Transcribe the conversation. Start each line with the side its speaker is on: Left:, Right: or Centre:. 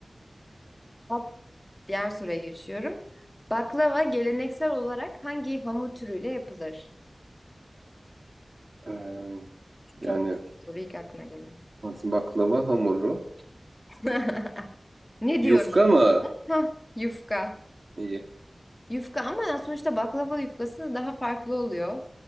Left: Bak, diğer soruya geçiyorum. Baklava geleneksel olarak hangi hamur türüyle yapılır?
Right: Ee, yani
Left: Çok soru ilk aklına gelen.
Right: nasıl baklava hamuru.
Left: <laughs> Ne
Right: Yufka
Left: diyoruz
Right: mı?
Left: biz ona? Hah, yufka.
Right: İyi.
Left: Yufka ama yani sonuçta baklava yufkası daha farklı oluyor.